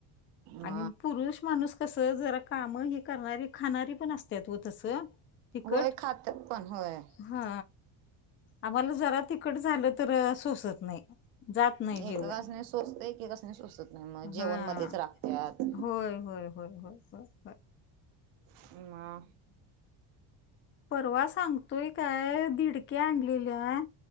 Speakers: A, on the left; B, on the right.
A: आणि
B: म
A: पुरुष माणूस कसं जरा काम ही करणारी खाणारी पण असत्यात व तसं. तिखट
B: वय खात्यात पण होय.
A: हा आम्हाला जरा तिखट झालं तर सोसत नाही. जात नाही जेवण
B: एकका कस नाही सोसत एककास नाही सोसत नाही मग
A: हा
B: जेवण मध्येच राखत्यात.
A: होय होय होय होय होय.
B: म.
A: परवा सांगतोय काय दिडक्या आणलेल्या